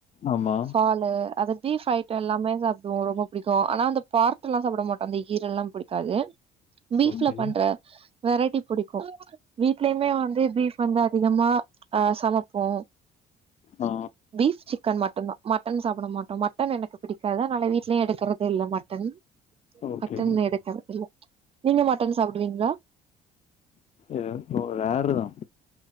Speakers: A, on the left; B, on the right.
A: ஆமா
B: பாலு அத பீஃப் ஐட்டம் எல்லாமே சாப்டுவோ ரொம்ப புடிக்கு ஆனா அந்த பார்த்தல்லா சாப்ட மாட்டோ ஈரல்லா புடிக்காது பீஃப்ல
A: ஓகே
B: பண்ற வெரைட்டி புடிக்கு வீட்லயுமே வந்து பீஃப் வந்து அதிகமா ஆ சமப்போ
A: ஆ
B: பீஃப் சி சிக்கன் மட்டுந்தா மட்டன் சாப்டமாட்டோ மட்டன் எனக்கு பிடிக்காது அனால வீட்லயு எடுக்கறது இல்ல மட்டன்
A: ஓகே.
B: மட்டன் எடுக்கிற இல்ல நீங்க மட்டன் சாப்பிடுவீங்களா
A: ம் இப்போ ரேர் தா